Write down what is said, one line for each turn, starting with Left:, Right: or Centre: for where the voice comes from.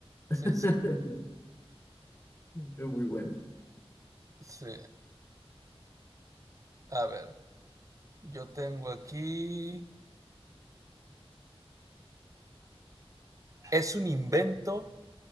Left: <laughs>
Right: sí, sí,
Left: Es muy bueno.
Right: sí. A ver, yo tengo aquí... Es un invento